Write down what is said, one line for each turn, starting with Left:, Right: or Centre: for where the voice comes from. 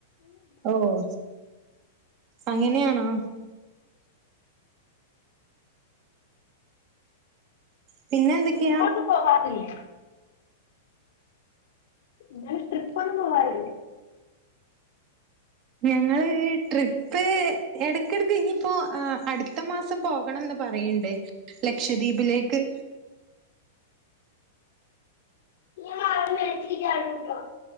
Right: ഓഹ് അങ്ങനെയാണോ? പിന്നെ എന്തൊക്കെയാ?
Left: ട്രിപ്പൊന്നും പോവാറില്ലേ ഇങ്ങള് ട്രിപ്പൊന്നും പോവാറില്ലേ?
Right: ഞങ്ങള് ട്രിപ്പ് എടക്കെട്ക്ക് ഇനീപ്പോ ഏഹ് അടുത്ത മാസം പോകണംന്ന് പറയ്ണ്ട് ലക്ഷദ്വീപിലേക്ക്.
Left: ഞാൻ മാറി മേലത്തേക്ക് ചാടും കേട്ടോ